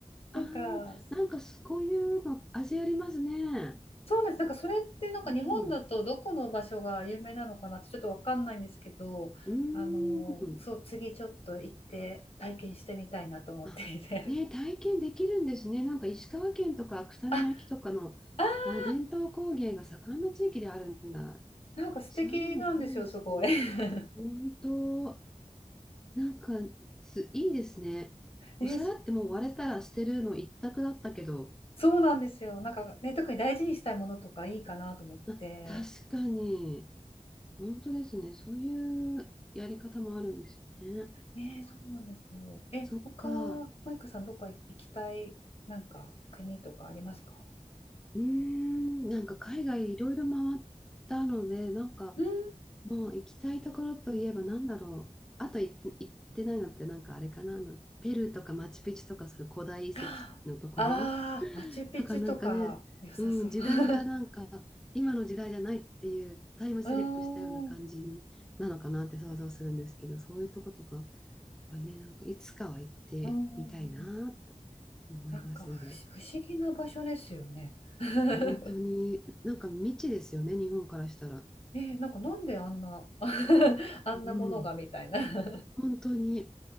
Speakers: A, in the centre; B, on the left (about 50°).
A: ああ、
B: なんか、
A: なんかそういうの、味ありますね。
B: そうなんです。なんかそれってなんか日本だとどこの場所が有名なのかなってちょっとわかんないんですけど、
A: すごい。うーん。
B: あのーそう、次ちょっと行って体験してみたいなと思っていて。
A: あ、ね、体験できるんですね。なんか石川県とか草見焼とかの、
B: <laughs> あ、あ
A: あ、伝統工芸が盛んな地域であるんだ。
B: ー、なんか素敵なんですよ、
A: そういうのがあるんですね。
B: すごい。<laughs>
A: 本当、なんかす、いいですね。
B: ね、
A: お皿ってもう割れたら捨てるの一択だったけど、
B: そうなんですよ。なんかね、特に大事にしたいものとかいいかなと思って。
A: あ、確かに、本当ですね。そういうやり方もあるんですね。
B: ね、そうなんですよ。え、
A: そっか。
B: 他、マイカさん、どっか行きたい、なんか国とかありますか
A: うーん、なんか海外いろいろ回ったので、なんか
B: うーん。
A: もう行きたいところといえばなんだろう。あと行って、行ってないのってなんかあれかな。あのペルーとかマチュピチュとかそういう古代遺跡のところ。
B: <gasps> ああー、マチュピチュとか良さそう。
A: だからなんかね、うん、時代がなんか今の時代じゃないっていうタイムスリップしたような感じになのかなって想像するんですけど、
B: <laughs> うーん、うん、
A: そういうとことかはね、なんかいつかは行ってみたいなと
B: うんうん。
A: 思います。
B: なんか不思、不思議な場所ですよね。<laughs>
A: 本当に、なんか未知ですよね、日本からしたら。
B: ね、なんかなんであんな、<laughs> あんなものがみたいな。
A: うん。
B: <laughs>
A: 本当に、